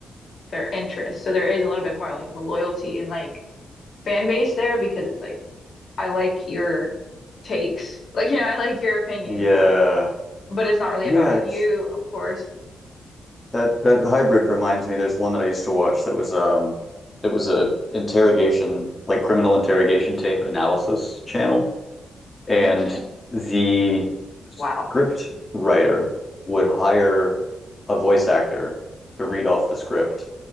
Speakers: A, on the left; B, on the left.
A: their interests. So there is a little bit more like of a loyalty and like fan base there because it's like I like your takes, like you know I like your opinions,
B: Yeah.
A: but it's not really
B: Yeah,
A: about
B: it's
A: you, of course.
B: that that hybrid reminds me there's one that I used to watch that was um that was a interrogation like criminal interrogation tape analysis channel and
A: Interesting.
B: the
A: Wow.
B: script writer would hire a voice actor to read off the script.